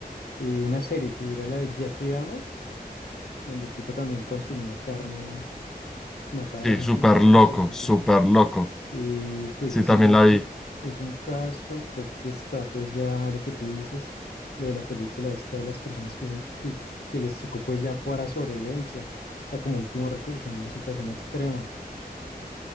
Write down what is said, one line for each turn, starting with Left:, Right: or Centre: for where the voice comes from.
Left: eh, una serie que era la de Jeffrey Dahmer, donde el tipo también consumía carne, mataba
Centre: Sí,
Left: a la gente
Centre: súper
Left: y se la,
Centre: loco,
Left: y se la consumía.
Centre: súper loco.
Left: Eh, pues
Centre: Sí,
Left: es,
Centre: también
Left: digamos
Centre: la
Left: que
Centre: vi.
Left: es un caso, creo que está pues ya lo que tú dices, lo de la película esta de las personas que, se, que, que les tocó pues ya para sobrevivencia, o sea, como último recurso en una situación extrema.